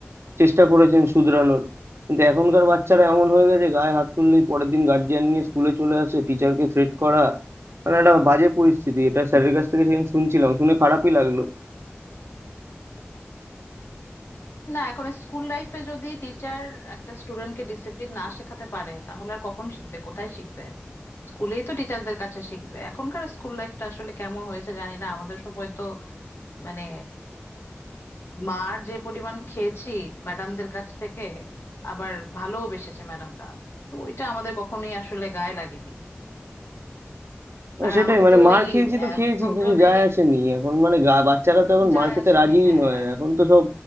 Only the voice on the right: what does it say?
চেষ্টা করেছেন শুধরানোর কিন্তু এখনকার বাচ্চারা এমন হয়ে গেছে গায়ে হাত তুললেই পরের দিন গার্জিয়ান নিয়ে স্কুলে চলে আসে টিচারকে থ্রেট করা মানে একটা বাজে পরিস্থিতি এটা স্যারের কাছ থেকে সেদিন শুনছিলাম শুনে খারাপই
লাগলো
না,
সেটাই
মানে
মার
খেয়েছি তো খেয়েছি
কিছু যায় আসেনি এখন মানে গা বাচ্চারা তো এখন
মার খেতে
রাজিই
নয় এখন তো সব